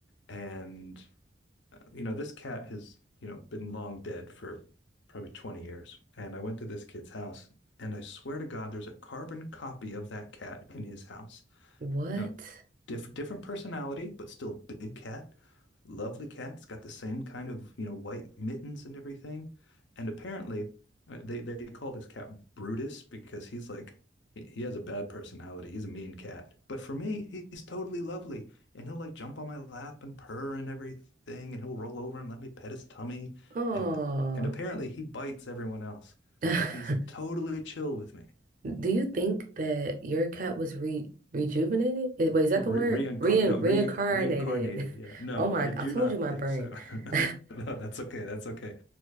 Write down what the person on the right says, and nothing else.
What?
Oh.
<laughs>
Do you think that your cat was re rejuvenated? Eh, Wait, is that
the
word?
Re
reincarnated.
<laughs>
Oh my,
I told
you my
brain.
<laughs>